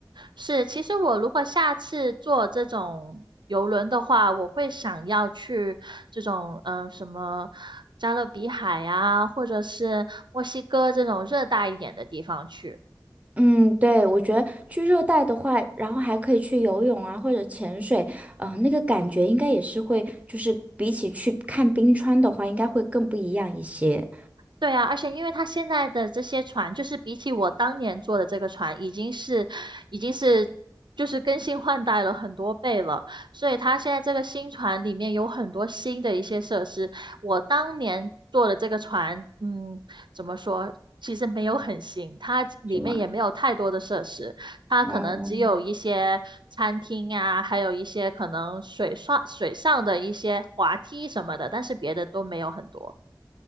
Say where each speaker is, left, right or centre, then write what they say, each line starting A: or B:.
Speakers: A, on the right; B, on the right.
A: 是，其实我如果下次坐这种游轮的话，我会想要去这种嗯、呃什么加勒比海呀，或者是墨西哥这种热带一点的地方去。
B: 嗯，对，我觉得去热带的话，然后还可以去游泳啊，或者潜水，嗯，那个感觉应该也是会，就是比起去看冰川的话，应该会更不一样一些，
A: 对啊，而且因为它现在的这些船，就是比起我当年做的这个船，已经是已经是就是更新换代了很多倍了，所以它现在这个新船里面有很多新的一些设施。我当年做的这个船，嗯，怎么说？其实没有很新，它里面也没有太多的设施，
B: 是吗？
A: 它可能只有一些餐厅啊，
B: 嗯，
A: 还有一些可能水上水上的一些滑梯什么的，但是别的都没有很多。